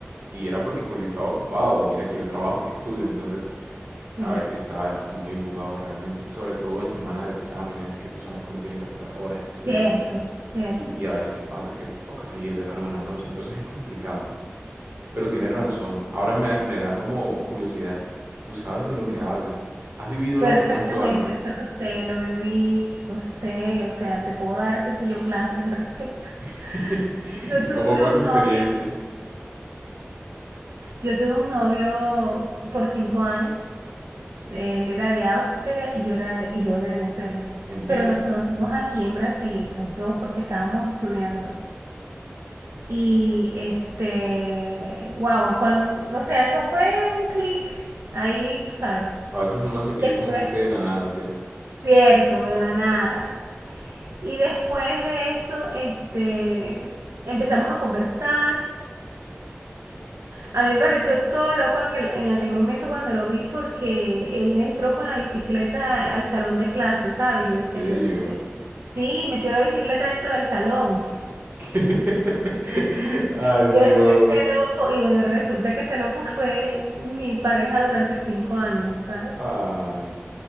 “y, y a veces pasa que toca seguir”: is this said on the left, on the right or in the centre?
Right